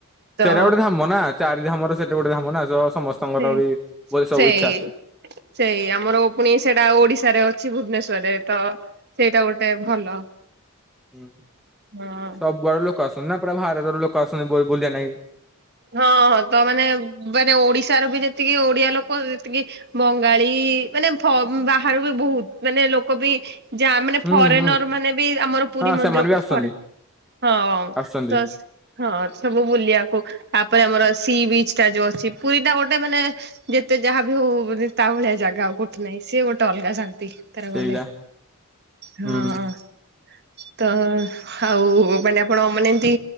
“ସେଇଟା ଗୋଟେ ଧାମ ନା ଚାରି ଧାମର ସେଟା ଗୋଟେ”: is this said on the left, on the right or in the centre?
Centre